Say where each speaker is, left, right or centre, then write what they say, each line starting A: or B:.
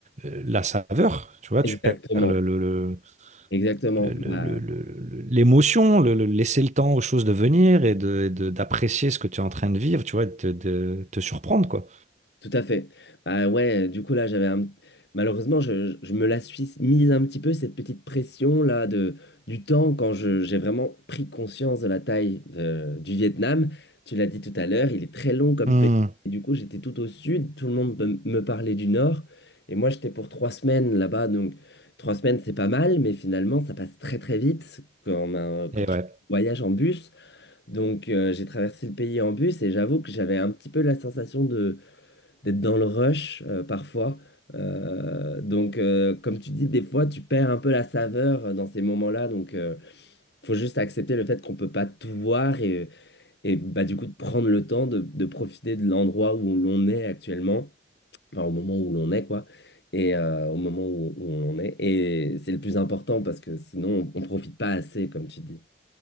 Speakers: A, on the right; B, on the left.
A: euh, la saveur, tu vois,
B: Exactement.
A: tu perds le, le- le-
B: Exactement.
A: le- le-
B: Bah,
A: le- le- l'émotion, le, le- laisser le temps aux choses de venir et de, de- d'apprécier ce que tu es en train de vivre, tu vois, et de, de te surprendre, quoi.
B: Tout à fait. Bah ouais, du coup là j'avais un... malheureusement je, je- je me la suis mise un petit peu cette petite pression là de du temps quand je j'ai vraiment pris conscience de la taille de- du Vietnam. Tu l'as dit tout à l'heure, il est très long comme
A: Hmm.
B: pays. Et du coup j'étais tout au sud, tout le monde me me parlait du nord et moi j'étais pour trois semaines là-bas donc trois semaines c'est pas mal mais finalement ça passe très très vite quand un- quand
A: Et
B: tu
A: ouais.
B: voyages en bus. Donc euh, j'ai traversé le pays en bus et j'avoue que j'avais un petit peu la sensation d'être dans le rush euh, parfois. Euh, donc, euh, comme tu dis, des fois, tu perds un peu la saveur euh, dans ces moments-là. Donc, euh, faut juste accepter le fait qu'on peut pas tout voir et, et bah, du coup, de prendre le temps de, de profiter de l'endroit où l'on est actuellement, enfin, au moment où l'on est, quoi, et euh, au moment où, où on en est. Et c'est le plus important parce que sinon, on, on profite pas assez, comme tu dis.